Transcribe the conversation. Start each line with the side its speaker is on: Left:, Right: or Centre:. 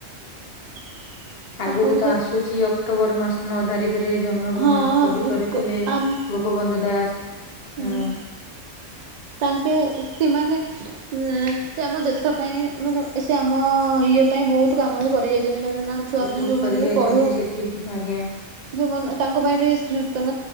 Right: <inaudible>
Left: ଆଗକୁ
Right: ବିଷୟ
Left: ତ ଆସୁଚି ଅକ୍ଟୋବର ମାସ। ନଅ ତାରିକିରେ ଜନ୍ମ ଗ୍ରହଣ
Right: ହଁ
Left: କବି
Right: ଉତ୍କ
Left: କରିଥିଲେ
Right: ଆମ
Left: ଗୋପବନ୍ଧୁ ଦାସ।
Right: ହୁଁ।
Left: ହଁ
Right: ତାଙ୍କେ ସେମାନେ ନା ସେ ଆମ ଦେଶ ପାଇଁ ମାନେ ସେ ଆମ ଇଏ ପାଇଁ ବହୁତ କାମ ବି କରି ଯାଇ ତିନ ଚାରିଜଣ ନାଖ ଛୁଆ ମାନେ
Left: ବହୁତ
Right: ଯୋଉମାନେ
Left: କରି
Right: ବି
Left: ଯାଇଛନ୍ତି
Right: ପଢୁ।
Left: ସେଥି ଆଜ୍ଞା
Right: ଯୋଉମାନେ ତାଙ୍କ ପାଇଁ ବି ନୂତନ